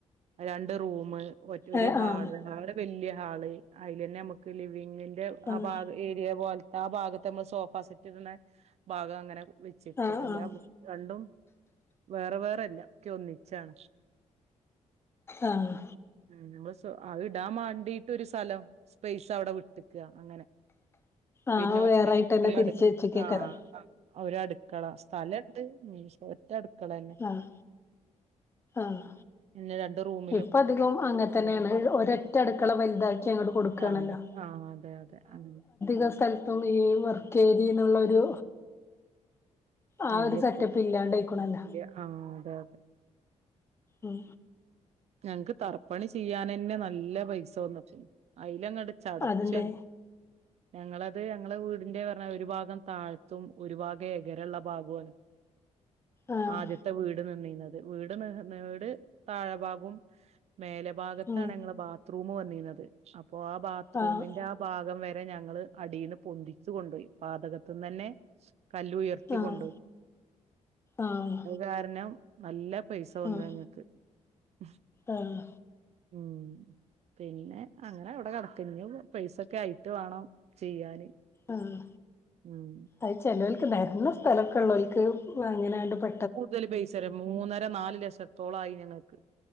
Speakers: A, on the right; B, on the left.
A: രണ്ട് റൂമ് മറ്റ് ഒര്
B: ഏഹ്
A: ഹാൾ
B: ആഹ്
A: ആവര് വല്യ ഹാള് അയ്ലന്നെ നമക്ക് ലിവിങ്ങിന്റെ
B: ആഹ്
A: ആ ഭാഗ ഏരിയ പോൽ ട്ടാഭാഗത്തെ നമ്മൾ സോഫ സെറ്റ് ഇട്ണെ ഭാഗം അങ്ങനെ വെച്ചിക്ക
B: ആഹ്
A: എല്ലാ
B: ആഹ്
A: രണ്ടും വേറെ വേറെല്ല ഒക്കെ ഒന്നിച്ചാണ്
B: ആഹ്
A: ഉം <unintelligible> അഹ് ടാൻ വാണ്ടീട്ടൊരു സലം സ്പേസ് അവിടെ വിട്ട്ക്ക അങ്ങനെ
B: ആഹ്
A: പിന്നെ ഒറ്റ
B: വേറായിട്ടന്നെ തിരിച്ച്
A: രട്
B: വെച്ചക്കേക്കാരം
A: ആഹ് ഒര് അടുക്കള സ്ഥല <unintelligible> ഒറ്റ അടുക്കളന്നെ
B: ആഹ് ആഹ്
A: പിന്നെ രണ്ട് റൂം
B: ഇപ്പ അധികം അങ്ങൻ തന്നെണ് ഒരറ്റ അടുക്കള വലുതാക്കി അങ്ങട്ട് കൊടുക്കാണല്ലോ
A: ആഹ് ആഹ് അതെ അതെ അതെ
B: ക്ക സ്ഥലത്തും ഈ വർക്കേരി ന്നുള്ളരു ആ
A: ഇല്ല
B: ഒരു സെറ്റപ്പ്
A: ഇപ്പൊ
B: ഇല്ലാണ്ടയ് ക്ണല്ലോ
A: ഇല്ല ആഹ് അതെ അതെ
B: ഉം
A: ഞങക്ക് തറപ്പണി ചെയ്യാനന്നെ നല്ല പൈസ വന്ന്ട്ട് അയ്ലങ്ങട് ചടച്ചി
B: അതിന്റെ
A: ഞങ്ങളത് ഞങ്ങള വീടിന്റെർഞ്ഞ ഒരു ഭാഗം താഴ്ത്തും ഒരു ഭാഗം എകരള്ള ഭാഗുണ്.
B: ആഹ്
A: ആദ്യത്തെ വീട് നിന്നിന്നത് വീട് ന്ന് ഹ് ന്ന്ട് താഴഭാഗും. മേല ഭാഗത്താണ്ങ്ങളെ
B: ഉം
A: ബാത്റൂമ് വന്നിനത് അപ്പോ ആ ബാത്റൂമിന്റെ
B: ആഹ്
A: ആ ഭാഗം വരെ ഞങ്ങൾ അടിന്ന് പൊന്തിച്ചു കൊണ്ടോയി പാതകത്ത് ന്നന്നെ സ് കല്ലുയർ ത്തികൊണ്ട്
B: ആഹ് ആഹ്
A: അഹ് കാരണം നല്ല പൈസ വന്നുഞങ്ങക്ക്.
B: ആഹ്
A: ഉമ് ഹ
B: ആഹ്
A: ഉം പിന്നെ അങ്ങനവ്ടെ കിടക്ക ഞ്ഞു പൈസൊക്കെ ആയിട്ട് വേണം ചെയ്യാന്.
B: ആഹ്
A: ഉം
B: അഹ് ചേലോൽക്ക് ന്നരന്ന സ്ഥലൊക്കെള്ളോൽക്ക് വ് ങ്ങനണ്ട് പ
A: കൂടുതൽ പൈസരും മൂന്നര നാല് ലക്ഷത്തോളായി ഞങ്ങക്ക്.